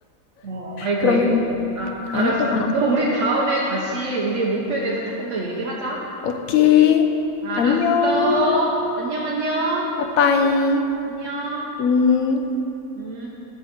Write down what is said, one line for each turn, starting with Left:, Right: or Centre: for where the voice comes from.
Right: 어, 아이고,
Left: 그러면
Right: 아이고. 아,
Left: 다음에
Right: 알았어.
Left: 또 봐.
Right: 그럼 우린 다음에 다시 우리의 목표에 대해서 조금 더 얘기하자.
Left: 오케이.
Right: 알았어.
Left: 안녕.
Right: 안녕, 안녕.
Left: 빠빠이.
Right: 안녕.
Left: 음.
Right: 음.